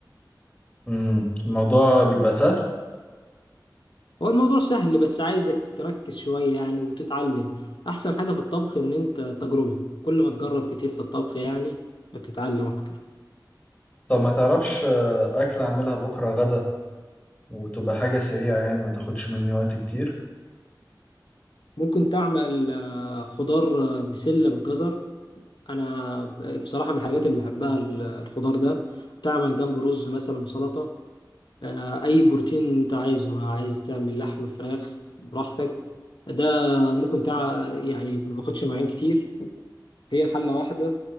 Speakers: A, on the left; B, on the left.
A: امم الموضوع بيبقى سهل
B: هو الموضوع سهل بس عايزك تركز شوية يعني وتتعلم أحسن حاجة في الطبخ إن أنت تجربة كل ما تجرب كتير في الطبخ يعني بتتعلم أكتر
A: طب ما تعرفش آه، اكل اعملها بكرة غدا وتبقى حاجة سريعة يعني ما تاخدش مني وقت كتير
B: ممكن تعمل آه، خضار آه، بسلة بالجزر أنا ب- بصراحة من الحاجات اللي بحبها ال- الخضار ده تعمل جنب رز مثلا سلطة آه، أي بروتين أنت عايزه عايز تعمل لحم فراخ براحتك ده ممكن تع... يعني ما باخدش مواعين كتير هي حلة واحدة